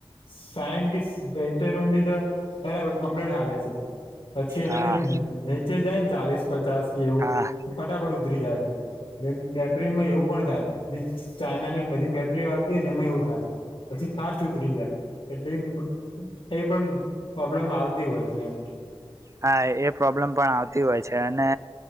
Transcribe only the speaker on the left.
સાયડ કે સીતેર સુધી તો બરાબર કપલેટ હાલે છે. પછી એનાથી
નીચે જાય ને ચાલીસ પચાસ કે એવું
ફટાફટ ઉતરી જાય છે બેટરીમાં એવું પણ થાય ચાઈનાની બધી બેટરી આવતી હોય ને એમાં એવું થાય પછી ફાસ્ટ ઉતરી જાય એટલી એ પણ પ્રોબ્લેમ આવતી હોય છે એમ